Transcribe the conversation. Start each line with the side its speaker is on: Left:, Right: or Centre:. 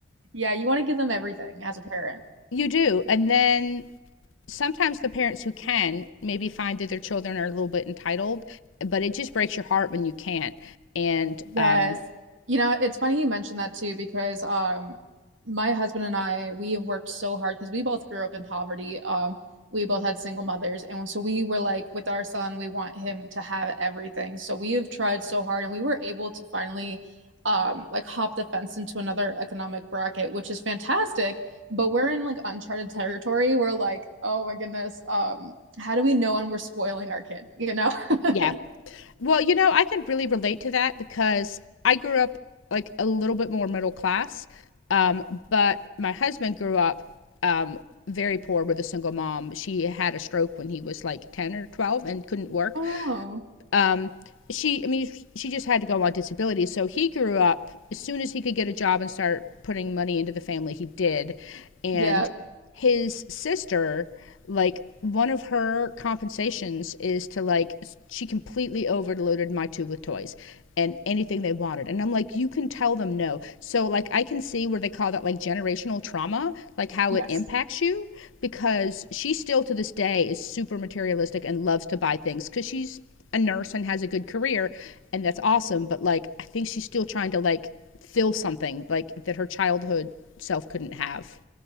Right: Yeah, you want to give them everything as a parent.
Left: you do. And then Sometimes the parents who can maybe find that their children are a little bit entitled, but it just breaks your heart when you can't. And
Right: Yes.
Left: um,
Right: You know, it's funny you mentioned that too because um my husband and I we have worked so hard because we both grew up in poverty. Um we both had single mothers and so we were like with our son we want him to have everything. So we have tried so hard and we were able to finally um like hop the fence into another economic bracket, which is fantastic, but we're in like uncharted territory. We're like, "Oh my goodness, um how do we know when we're spoiling our kid?" You know? <laughs>
Left: yeah, well, you know, I could really relate to that because I grew up like a little bit more middle class, um, but my husband grew up um, very poor with a single mom. She had a stroke when he was like 10 or 12 and couldn't work.
Right: Oh no.
Left: Um, she, I mean, she just had to go on disability. So he grew up as soon as he could get a job and start putting money into the family, he did. And
Right: Yeah.
Left: his sister, like, one of her compensations is to like she completely overloaded my two with toys and anything they wanted and i'm like you can tell them no so like i can see where they call that like generational trauma like how
Right: Yes.
Left: it impacts you because she still to this day is super materialistic and loves to buy things because she's a nurse and has a good career and that's awesome but like i think she's still trying to like fill something like that her childhood self couldn't have